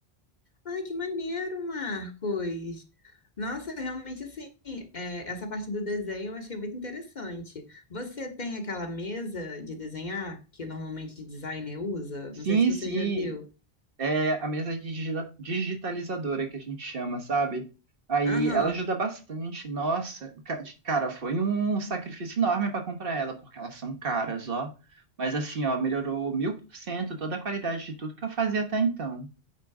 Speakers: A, on the left; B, on the right.
A: Ai, que maneiro, Marcos! Nossa, realmente assim, é, essa parte do desenho eu achei muito interessante. Você tem aquela mesa de desenhar que normalmente designer usa?
B: Sim,
A: Não sei se você
B: sim.
A: já viu.
B: é a mesa digi- digitalizadora que a gente chama, sabe? Aí
A: Aham.
B: ela ajuda bastante. Nossa, ca- cara, foi um sacrifício enorme para comprar ela, porque elas são caras, ó. Mas assim, ó, melhorou mil por cento toda a qualidade de tudo que eu fazia até então.